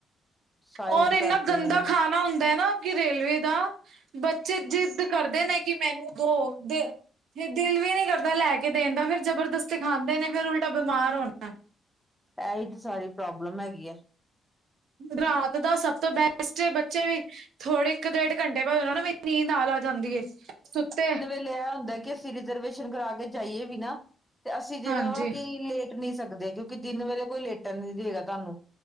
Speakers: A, in the centre; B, on the right (about 70°).
A: ਸਾਇਲੈਂਟ
B: ਔਰ ਏਨਾ
A: ਕਰਕੇ
B: ਗੰਦਾ
A: ਹਮ
B: ਖਾਣਾ ਹੁੰਦੈ ਨਾ ਕਿ ਰੇਲਵੇ ਦਾ ਬੱਚੇ ਜਿੱਦ ਕਰਦੇ ਨੇ ਕਿ ਮੈਨੂੰ ਦੋ, ਦੇ ਫਿਰ ਦਿਲ ਵੀ ਨੀ ਕਰਦਾ ਲੈ ਕੇ ਦੇਣ ਦਾ, ਫਿਰ ਜਬਰਦਸਤੀ ਖਾਂਦੇ ਨੇ, ਫੇਰ ਉਲਟਾ ਬਿਮਾਰ ਹੋਣਾ
A: ਐਹੀ ਤੇ ਸਾਰੀ ਪ੍ਰੋਬਲਮ ਹੈਗੀ ਐ।
B: ਰਾਤ ਦਾ ਸਭ ਤੋਂ ਬੈਸਟ ਏ ਬੱਚੇ ਵੀ ਥੋੜੇ ਇੱਕ ਡੇਢ ਘੰਟੇ ਬਾਦ ਓਨਾ ਨੂੰ ਵੀ ਨੀਂਦ ਆਨ ਲਗ ਜਾਂਦੀ ਏ, ਸੁੱਤੇ
A: ਕਿ ਐ ਹੁੰਦੈ ਕਿ ਅਸੀਂ ਰਿਜਰਵੇਸ਼ਨ ਕਰਾ ਕੇ ਜਾਈਏ ਵੀ ਨਾ, ਤੇ ਅਸੀਂ ਜੇੜਾ
B: ਹਾਂਜੀ
A: ਵਾ ਕਿ ਲੇ ਟ ਨੀ ਸਕਦੇ, ਕਿਉਂਕਿ ਦਿਨ ਵੇਲੇ ਕੋਈ ਲੇਟਣ ਨੀ ਦੇਗਾ ਤਾਨੂੰ।